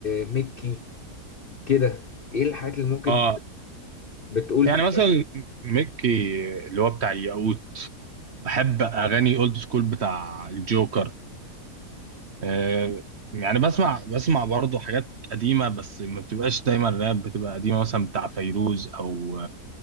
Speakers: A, on the left; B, on the right.
A: ميكي كده ايه الحاجات اللي ممكن
B: اه
A: بتقول
B: يعني
A: فيها
B: مثلا ميكي اللي هو بتاع الياقوت بحب اغاني اولد سكول بتاع الجوكر آه يعني بسمع بسمع برضه حاجات قديمه بس ما بتبقاش دايما راب بتبقى قديمه مثلا بتاع فيروز او